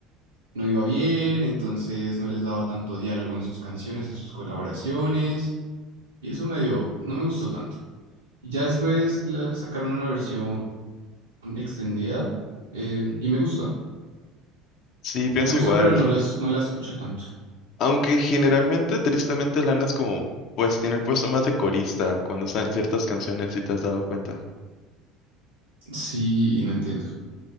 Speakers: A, on the right; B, on the left.
A: no iba bien, entonces no les daba tanto diálogo en sus canciones, en sus colaboraciones, y eso me dio, no me gustó tanto. Y ya después la sacaron una versión extendida, eh, y me gusta,
B: Sí, pienso
A: me gusta,
B: igual.
A: pero no las, no la escucho tanto.
B: Aunque generalmente, tristemente, Lana es como, pues tiene el puesto más de corista cuando están ciertas canciones, si te has dado cuenta.
A: Sí, y no entiendo.